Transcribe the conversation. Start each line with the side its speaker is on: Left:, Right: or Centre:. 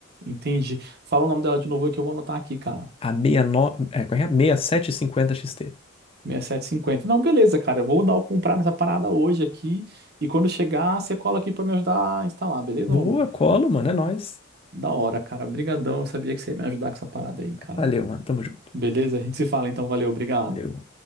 Right: Entendi. Fala o nome dela de novo que eu vou anotar aqui, cara.
Left: A 69, é, qual é? 6750 XT.
Right: sessenta e sete cinquenta, Não, beleza, cara. Eu vou dar o comprar nessa parada hoje aqui. E quando chegar, você cola aqui pra me ajudar a instalar, beleza,
Left: Boa,
Right: maluco?
Left: colo, mano, é nóis.
Right: Da hora, cara. Brigadão. Eu sabia que você ia me ajudar com essa parada aí, cara.
Left: Valeu, mano. Tamo junto.
Right: Beleza? A gente se fala então. Valeu, obrigado.
Left: Deu.